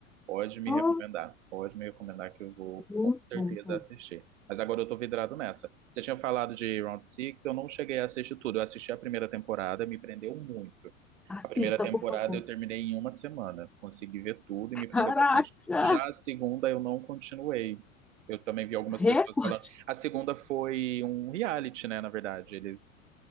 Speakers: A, on the right (about 60°); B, in the centre.
A: pode me
B: Oh,
A: recomendar. Pode me recomendar que eu vou
B: muito
A: com certeza
B: bom, muito bom.
A: assistir. Mas agora eu tô vidrado nessa. Você tinha falado de Round Six, eu não cheguei a assistir tudo. Eu assisti a primeira temporada, me prendeu muito.
B: Assista,
A: A primeira temporada
B: por favor.
A: eu terminei em uma semana, consegui ver tudo e me prendeu
B: Caraca!
A: bastante. Já a segunda eu não continuei. Eu também vi algumas
B: Recorde!
A: pessoas falando. A segunda foi um reality, né, na verdade. Eles